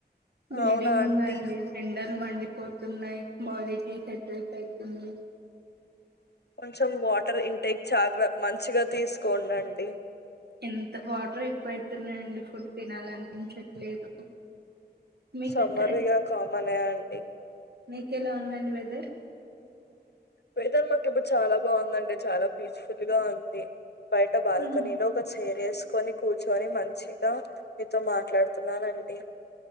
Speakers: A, on the right; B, on the left.
A: వేడిగుంద
B: అవునా అంటీ
A: అండి ఎండలు మన్ పోతున్నాయి బాడీ కి హెట్ హీట్ అయితుంది
B: కొంచెం వాటర్ ఇంటేక్ చాల మంచిగా తీసుకోండి అండి డి
A: ఎంత వాటర్ ఎక్కువవుతున్నాయండి ఫుడ్ తినాలనిపించట్లేదు మీకు
B: సమ్మర్గా
A: ఎక్కడ
B: కామనే అండి
A: మీకేలా ఉందండి వెదర్
B: వెదర్ మాకు ఇప్పుడు చాలా బాగుందండి చాలా పీస్ఫుల్ గా ఉంది బయట బల్కనీ
A: ఉ
B: లో ఒక చేరేస్ కొని కూర్చొని మంచిగా మీతో మాట్లాడుతున్నానండి